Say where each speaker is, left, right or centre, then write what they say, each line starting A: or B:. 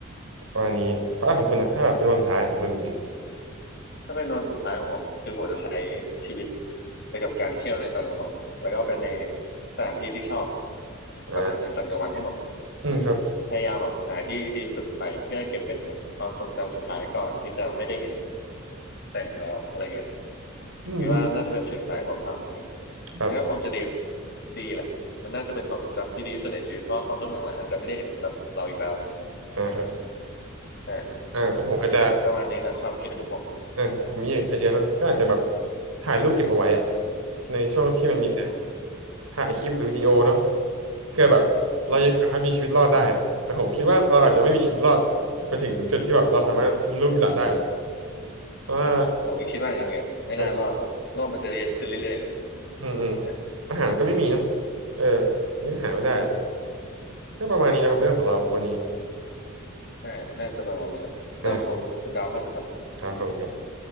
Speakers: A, on the right; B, on the left.
A: ประมาณนี้เพราะอ่ะของคุณนะถ้าแบบเป็นวันสุดท้ายของคุณจริง
B: ถ้าเป็นวันสุดท้ายของผมคือผมจะใช้ชีวิตไปกับการเที่ยวในตอนกลางวันแล้วก็ไปในสถานที่ที่ชอบ
A: ๆอ่า
B: แบบในตอนกลางวันให้หมด
A: อืมครับ
B: พยายามแบบหาที่ดีสุดไปเพื่อเก็บเป็นแบบความทรงจำสุดท้ายก่อนที่จะไม่ได้เห็นแสงแล้วอะไรเงี้ย
A: อืม
B: คิดว่าน่าจะเป็นสิ่งสุดท้ายที่ผมทำเนี่ย
A: ครับ
B: มันก็คงจะดีดีแหละมันน่าจะเป็นความทรงจำที่ดีที่สุดในชีวิตเพราะว่าคนรุ่นหลังๆอาจจะไม่ได้เห็นแบบเราอีกแล้วเลย
A: อ่าครับ
B: อืมใช่
A: อ่าเป็นผมอาจจะ
B: ก็ประมาณนี้แหละความคิดของผม
A: อ่าครับผมมีไอเดียเนาะก็อาจจะแบบถ่ายรูปเก็บเอาไว้อะในช่วงที่มันมีแสง
B: อืม
A: ถ่ายคลิปหรือวิดีโอเนาะเพื่อแบบเรายังสามารถมีชีวิตรอดได้อะแต่ผมคิดว่าเราอาจจะไม่มีชีวิตรอดไปถึงจุดที่แบบเราสามารถมีลูกมีหลานได้นะ
B: อืม
A: เพราะว่า
B: อืมผมก็คิดว่าอย่างนั้นเหมือนกันไม่น่ารอดหรอกโลกมันจะเรียนขึ้นเรื่อยๆเลยอืมใช่
A: เอออืมอืมอาหารก็ไม่มีเนาะเออมันก็หาไม่ได้อะ
B: อืม
A: ก็ประมาณนี้นะครับเรื่องของเราวันนี้
B: ใช่น่าจะประมาณนี้แหละก็ขอบคุณคุณดาวมากนะครับอืม
A: อ่าครับขอบคุณครับ